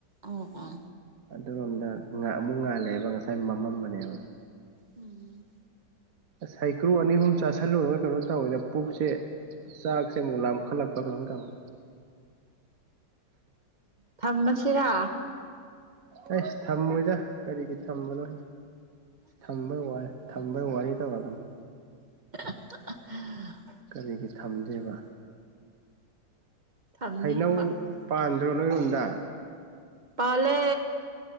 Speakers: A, on the right; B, on the right.
A: ꯑꯣ
B: ꯑꯗꯨꯔꯣꯝꯗ ꯑꯃꯨꯛ ꯉꯥꯜꯂꯛꯑꯦꯕ ꯉꯁꯥꯏ ꯃꯃꯝꯕꯅꯦꯕ
A: ꯎꯝ
B: ꯁ ꯍꯩꯀ꯭ꯔꯨ ꯑꯅꯤ ꯑꯍꯨꯝ ꯆꯥꯥꯁꯜꯂꯨꯔꯒ ꯀꯩꯅꯣ ꯇꯧꯋꯦꯗ ꯄꯨꯛꯁꯦ ꯆꯥꯛꯁꯦ ꯑꯃꯨꯛ ꯂꯥꯝꯈꯠꯂꯛꯄ꯭ꯔꯥ ꯀꯩꯅꯣꯝ ꯇꯧꯋꯤ
A: ꯊꯃꯁ ꯆꯩꯔꯥ
B: ꯑꯩꯁ ꯊꯝꯃꯣꯏꯗ ꯀꯔꯤꯒꯤ ꯊꯝꯕꯅꯣ ꯊꯝꯕꯩ ꯋꯥꯏ ꯊꯝꯕꯩ ꯋꯥꯔꯤ ꯇꯧꯔꯛꯀꯅꯨ
A: <unintelligible>
B: ꯀꯔꯤꯒꯤ ꯊꯝꯗꯦꯕ
A: ꯊꯝꯅꯤꯡꯕ
B: ꯍꯩꯅꯧ ꯄꯥꯟ ꯅꯣꯏꯔꯣꯞꯗꯥ
A: ꯄꯥꯂꯦ